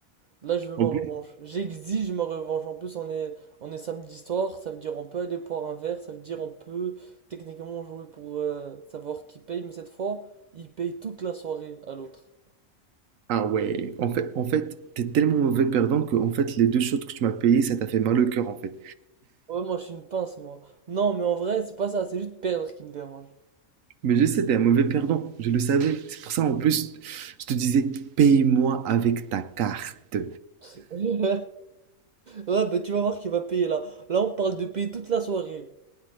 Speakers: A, on the right (about 60°); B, on the right (about 75°).
A: Là, je veux ma
B: En
A: revanche.
B: plus-
A: J'exige ma revanche. En plus, on est, on est samedi soir, ça veut dire on peut aller boire un verre, ça veut dire on peut techniquement jouer pour euh, savoir qui paye, mais cette fois, il paye toute la soirée à l'autre.
B: ah ouais, en fait, en fait, t'es tellement mauvais perdant que en fait, les deux shots que tu m'as payé, ça t'a fait mal au cœur en fait.
A: Ouais, moi, je suis une pince, moi. Non, mais en vrai, c'est pas ça, c'est juste perdre qui me dérange.
B: Mais je sais, t'es un mauvais perdant, je le savais. C'est pour ça en plus, je te disais, paye-moi avec ta carte.
A: <laughs> Ouais, bah tu vas voir qu'il va payer là. Là, on parle de payer toute la soirée.